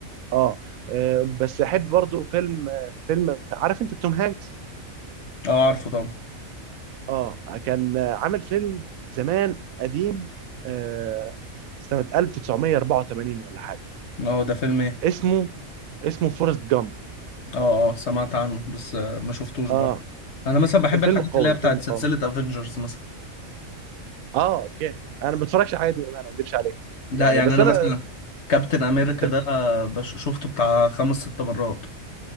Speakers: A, on the right; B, on the left.
A: اه آه، بس احب برضو فيلم آه، فيلم عارف انت توم هانكس
B: اه عارفه طبعا
A: اه كان آه، عامل فيلم زمان قديم آه سنة 1984 ولا حاجة
B: اه ده فيلم ايه
A: اسمه اسمه فورست جامب
B: اه اه سمعت عنه بس آه، ما شفتوش برضه
A: اه
B: انا مثلا بحب
A: الفيلم
B: الحاجات
A: قوي
B: اللي هي
A: الفيلم
B: بتاعت سلسلة
A: قوي
B: افنجرز مثلا
A: اه اوكي انا ما بتفرجش على الحاجات دي بامانه ما اكذبش عليك
B: لا
A: يعني
B: يعني
A: بس
B: انا
A: انا
B: مثلا كابتن امريكا
A: انت بت...
B: ده بش- شفته بتاع خمس ست مرات